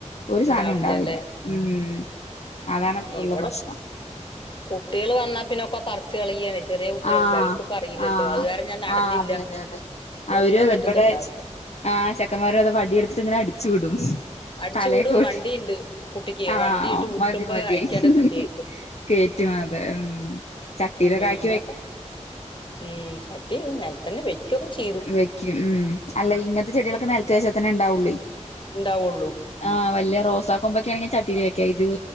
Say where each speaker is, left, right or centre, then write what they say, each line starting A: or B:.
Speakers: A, on the left; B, on the left.
A: ഒരു സാനും
B: ഇണ്ടാവണില്ല
A: ഉണ്ടാവില്ല
B: ല്ലേ
A: ഉം അതാണ് ഒള്ള
B: ഇവിടെ
A: പ്രശ്നം.
B: കുട്ടികള് വന്നാൽ പിന്നെ ഒക്കെ പറിച് റിച്ച് കളയാണെ ചെറിയ കുട്ടികള്ണ്ടെ
A: ആഹ്
B: അവർക്ക് പ്പോ അറിയില്ലല്ലോ
A: ആഹ്
B: അത് കാരണം ഞാൻ നടലില്ല.
A: ആഹ് അതെ അതെ അതെ അവരും
B: ഒന്നും
A: അതെ
B: മിറ്റത്ത്
A: ഇവിടെ
B: ഇണ്ടാവില്ല.
A: ആഹ് ചെക്കന്മാർ അത് വടി എടുത്തിട്ട് ഇങ്ങനെ അടിച്ചു വിടും.
B: അടിച്ചു
A: തലേകൂട്ടി
B: വിടും വണ്ടിയിണ്ട് കുട്ടിക്ക്
A: ആഹ്
B: വണ്ടിയിട്ട് ഉരുട്ടുമ്പോ
A: മതി മതി
B: അയിലിക്കാണ്ട്
A: ഹ്
B: കേറ്റും
A: ഹ്.. കേറ്റും അതെ ഉം ചട്ടിയിലൊക്കെ അക്കി.
B: അങ്ങനെക്കെ ഉം ചട്ടീൽ അല്ലാ നെലത്തന്നെ വെക്കൊക്കെ ചെയ്യും.
A: വെക്കും ഉം അല്ല ഇങ്ങനത്തെ ചെടികളൊക്കെ നെലത്ത് വെച്ചാൽ തന്നെ ഇണ്ടാവൂള്ളെ.
B: ണ്ടാവുള്ളൂ.
A: ആഹ് വല്യ റോസ കൊമ്പ് ഒക്കെയാണെങ്കിൽ ചട്ടിൽ വെക്ക ഇത്